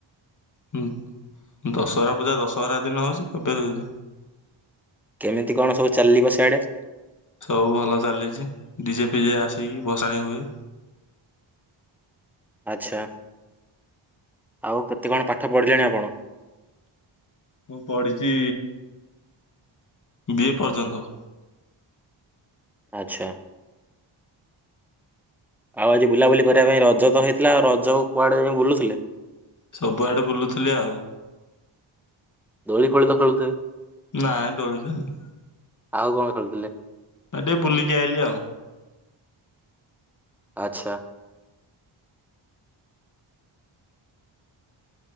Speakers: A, on the left; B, in the centre.
A: ହୁଁ, ଦଶହରା ପୂଜା ଦଶହରା ଦିନ ହଉଚି କେବେ ହଉଚି।
B: କେମିତି କଣ ସବୁ ଚାଲିବ ସିଆଡେ?
A: ସବୁ ଭଲ ଚାଲିଛି, ଡିଜେ ଫିଜେ ଆସିକି ଭସାଣି ହୁଏ।
B: ଆଚ୍ଛା, ଆଉ କେତେ କଣ ପାଠ ପଢ଼ିଲେଣି ଆପଣ?
A: ମୁଁ ପଢ଼ିଚି ବିଏ ପର୍ଯ୍ୟନ୍ତ।
B: ଆଚ୍ଛା। ଆଉ ଆଜି ବୁଲାବୁଲି କରିବା ପାଇଁ ରଜ ତ ହେଇଥିଲା, ଆଉ ରଜକୁ କୁଆଡେ ଯାଇଁ ବୁଲୁଥିଲେ?
A: ସବୁଆଡ଼େ ବୁଲୁଥିଲି ଆଉ।
B: ଦୋଳି ଫୋଳି ତ ଖେଳୁଥିବେ?
A: ନାଇଁ ଦୋଳି ଖେଳୁନି।
B: ଆଉ କଣ ଖେଳୁଥିଲେ?
A: ଆଉ ଟିକେ ବୁଲିିକି ଆଇଲି ଆଉ।
B: ଆଚ୍ଛା।